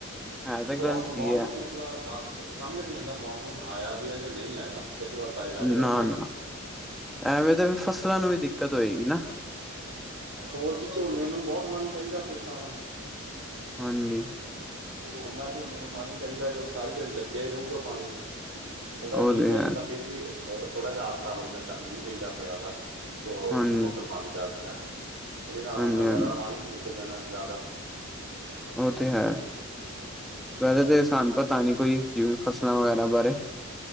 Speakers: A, in the centre; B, on the right.
A: ਹੈ ਤੇ
B: ਬੋਤ
A: ਗ਼ਲਤ
B: ਮੋਨਸੂਨ
A: ਹੀ ਹੈ
B: ਇਸ ਵਾਰ ਆ ਸਮਝ ਨੀ ਆਂਦਾ ਮੌਨਸੂਨ ਆਯਾ ਵੀ ਯਾਂ ਨਈ ਆਯਾ ਇਸ ਵਾਰ ਤੇ ਐ ਲੱਗਦਾ
A: ਨਾ
B: ਪਯਾ।
A: ਨਾ ਐਵੇਂ ਤੇ ਫੇਰ ਫਸਲਾਂ ਨੂੰ ਵੀ ਦਿੱਕਤ ਹੋਏਗੀ ਨਾ।
B: ਹੋਰ ਕੀ ਝੋਨੇ ਨੂੰ ਬੈਤ ਪਾਣੀ ਚਾਇਦਾ ਫਿਰ ਤਾਂ ਹੁਣ।
A: ਹਾਂਜੀ।
B: ਜਿੰਨਾ ਝੋਨੇ ਨੂੰ ਪਾਨੀ ਚਾਇਦਾ ਵੇ ਓ ਸਾਰੀ ਦਆੜੀ ਲੱਗਿਆ ਈ ਰਹੂਗਾ ਪਾਨੀ। ਥੋੜ੍ਹਾ
A: ਉਹ
B: ਮੀਂ
A: ਤੇ
B: ਪੈ
A: ਹੈ
B: ਜਾਂਦਾ ਫੇਰ ਵੀ ਅਹ ਥੋੜਾ ਜੇਆ ਆਸਰਾ ਹੋ ਜਾਂਦਾ ਚੱਲ ਮੀਂ ਪੈਂਦਾ ਪਯਾ ਵਾ। ਓ
A: ਹਾਂਜੀ
B: ਮੋਟਰ ਬੰਦ ਕਰ ਦਿੰਦਾ ਹਾ ਏਦੇ ਨਾਲ ਹੁਣ
A: ਹਾਂਜੀ
B: ਥੱਲੜਾ
A: ਹਾਂਜੀ
B: ਵਾਲਾ ਪਾਨੀ ਵੀ ਮੁੱਕ ਜਾਣਾ ਜਾਦਾ।
A: ਓ ਤੇ ਹੈ। ਵੈਸੇ
B: ਹਾਂ
A: ਤੇ ਸਾਨੂੰ ਪਤਾ ਨੀ ਕੋਈ ਜਿਵੇਂ ਫਸਲਾਂ ਵਗੈਰਾ ਬਾਰੇ